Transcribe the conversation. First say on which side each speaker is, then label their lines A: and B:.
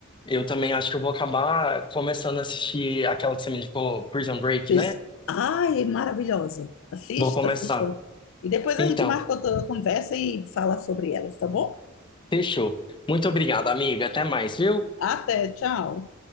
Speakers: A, on the left; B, on the left.
A: Eu também acho que eu vou acabar começando a assistir aquela que você me indicou, Prison Break,
B: Pois-
A: né?
B: Ai, é maravilhosa. Assista,
A: Vou começar.
B: assista. E depois
A: Então,
B: a gente marca outra conversa e fala sobre elas, tá bom?
A: fechou. Muito obrigado, amiga. Até mais, viu?
B: Até, tchau.